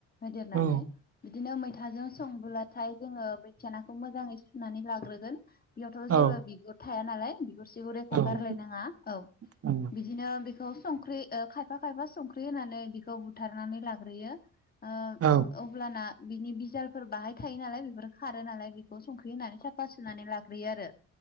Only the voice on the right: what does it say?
औ
औ
औ
औ
औ